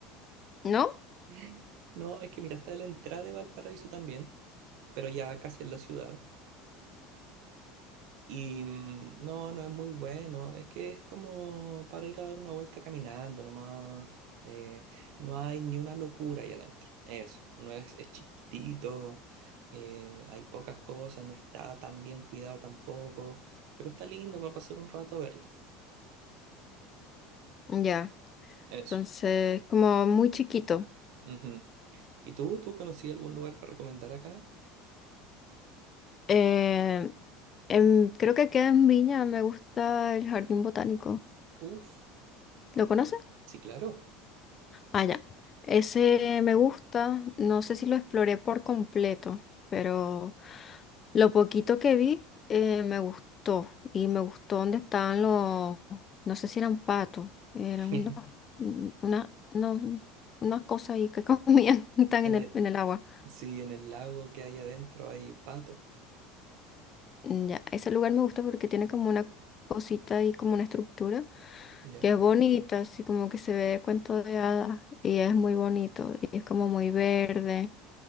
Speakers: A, on the left; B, on the right.
A: ¿No?
B: <laughs> No, es que mira, está la entrada de Valparaíso también, pero ya casi en la ciudad. Y mm, no, no es muy bueno. Es que es como para ir a dar una vuelta caminando nomás. eh, no hay ni una locura ahí adentro. Eso. No es, es chiquitito. eh, hay pocas cosas. No está tan bien cuidado tampoco. Pero está lindo para pasar un rato a verlo.
A: Ya.
B: Eso.
A: Entonces, como muy chiquito.
B: ujú. ¿Y tú? ¿Tú conocí algún lugar para recomendar acá?
A: Eh, em, creo que queda en Viña, me gusta el jardín botánico.
B: Uf.
A: ¿Lo conoces?
B: Sí, claro.
A: Ah, ya. Ese me gusta, no sé si lo exploré por completo, pero lo poquito que vi eh, me gustó y me gustó donde estaban los, no sé si eran patos, eran
B: <laughs>
A: unos, un- una, unos- unas cosas ahí que <laughs> comían, están
B: En
A: en el,
B: el,
A: en el agua.
B: sí, en el lago que hay adentro hay patos.
A: Mm, Ya, ese lugar me gusta porque tiene como una cosita y como una estructura
B: ¿Ya?
A: que es bonita, así como que se ve cuento de hadas y es muy bonito y es como muy verde